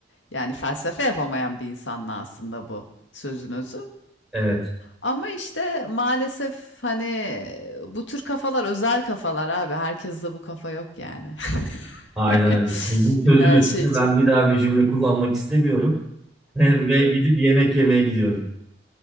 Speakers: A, on the left; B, in the centre.
A: Yani felsefe yapamayan bir insanla aslında bu sözün özü.
B: Evet.
A: Ama işte maalesef hani bu tür kafalar özel kafalar abi. Herkes de bu kafa yok yani.
B: Aynen
A: <laughs>
B: öyle. Şimdi bu sözün
A: Her
B: üstüne
A: şey
B: ben bir daha bir cümle kullanmak istemiyorum. <laughs> Ve gidip yemek yemeye gidiyorum.